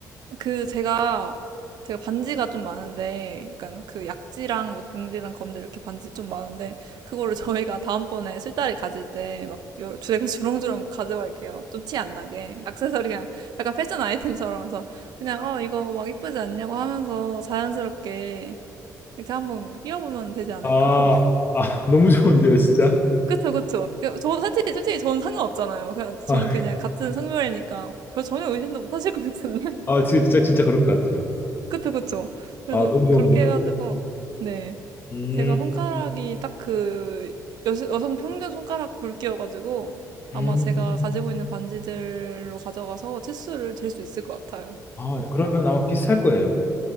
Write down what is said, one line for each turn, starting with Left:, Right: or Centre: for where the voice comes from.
Right: 그 제가 제가 반지가 좀 많은데 약간 그 약지랑 뭐 중지랑 검지 이렇게 반지 좀 많은데 그거를 <laughs> 저희가 다음번에 술자리 가질 때 막 주렁 주렁주렁 가져갈게요. 좀 티 안 나게. 액세서리 그냥 약간 패션 아이템처럼 해서 그냥 어 이거 막 이쁘지 않냐고 하면서 자연스럽게 이렇게 한번 끼워보면 되지 않을까.
Left: 아,
Right: <laughs>
Left: 아, 너무 좋은데요, 진짜.
Right: 그쵸 그쵸. 그, 저 솔직히 솔직히 저는 상관없잖아요. 그냥 저는
Left: 아,
Right: 그냥 같은 성별이니까 별 전혀 의심도 못 하실 것 같은데.
Left: 아, 지- 진짜, 진짜 그럴 것 같아요.
Right: 그쵸, 그쵸. 그래서
Left: 아, 너무 좋은데요.
Right: 그렇게 해가지고, 음. 네.
Left: 음,
Right: 제가 음. 손가락이 딱 그, 여, 여성 평균 손가락 굵기여가지고, 아마
Left: 음.
Right: 제가 가지고 있는 반지들로 가져가서 치수를 잴 수 있을 것 같아요.
Left: 아, 그러면 아마 비슷할 거예요.